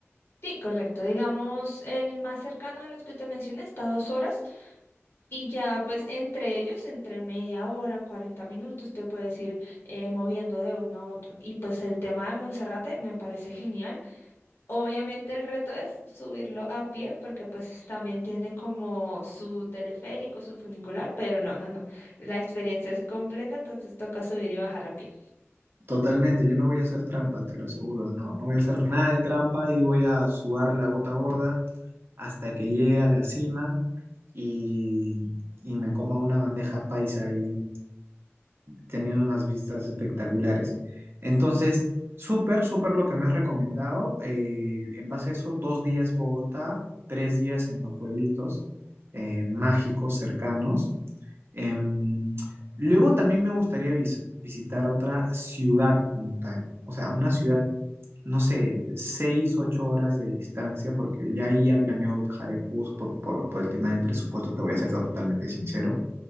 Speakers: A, on the left; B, on the right.
A: Sí, correcto. Digamos, el más cercano de los que te mencioné está a dos horas y ya pues entre ellos, entre media hora, 40 minutos, te puedes ir eh, moviendo de uno a otro. Y pues el tema de Monserrate me parece genial. Obviamente el reto es subirlo a pie porque pues también tiene como su teleférico, su funicular, pero no, no, no. La experiencia es completa, entonces toca subir y bajar a pie.
B: Totalmente, yo no voy a hacer trampa, te lo aseguro, no, no voy a hacer nada de trampa y voy a sudar la gota gorda hasta que llegue a la cima y, y me coma una bandeja paisa ahí, teniendo unas vistas espectaculares. Entonces, súper, súper lo que me has recomendado. Eh, en base a eso, dos días Bogotá, tres días en los pueblitos eh, mágicos cercanos. Em, luego también me gustaría vis- visitar otra ciudad como tal, o sea, una ciudad, no sé, seis, ocho horas de distancia, porque ya ahí ya planeo viajar en bus por, por, por el tema del presupuesto, te voy a ser totalmente sincero.